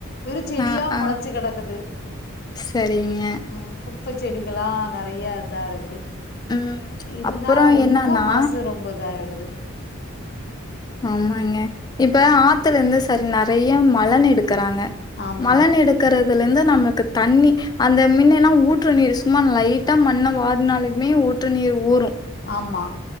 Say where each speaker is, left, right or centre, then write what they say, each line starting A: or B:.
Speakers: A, on the left; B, on the left.
A: ஒரு செடியா
B: ஆ ஆ
A: முளைச்சு கிடக்குது
B: சரிங்க
A: உம் குப்பை செடிகலாம் நிறைய இதான் இருக்கு
B: ம்
A: இதுனா
B: அப்பறோ
A: ரொம்ப
B: என்னன்னா
A: மாசு ரொம்பத ஆடுது <inaudible>
B: ஆமாங்க இப்ப ஆத்து பத்துல இருந்து சரி நிறைய மலண் எடுக்கு க்கறாங்க
A: ஆமா
B: மலண் எடுக்கிறது தலந்து நமக்கு தண்ணி அந்த மல்லாம் ஊற்று நீர் சும்மா லைட்டா மண்ணை வாடறுனாலுமே ஊற்று நீர் ஊரும்
A: ஆமா